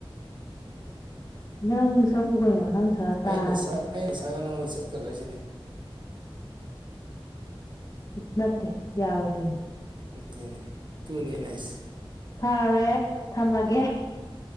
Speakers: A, on the left (about 35°); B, on the right (about 55°).
A: ꯅꯪ ꯁꯛꯎ ꯀꯩꯅꯣ ꯅꯪ ꯁꯛꯑ ꯇꯥꯔꯒꯦ
B: ꯑꯩꯅ ꯁꯛ ꯑꯩꯅ ꯁꯛꯑꯒ ꯅꯉꯣꯟꯗ ꯆꯠꯀꯗ꯭ꯔ ꯁꯤꯅꯤ
A: ꯅꯠꯇꯦ ꯌꯥꯔꯣꯢꯗꯨꯏꯅꯤ
B: ꯗꯨꯅꯦ ꯗꯨꯅꯦ ꯑꯩꯅ ꯍꯥꯢꯔꯤꯁꯦ
A: ꯐꯔꯦ ꯊꯝꯃꯒꯦ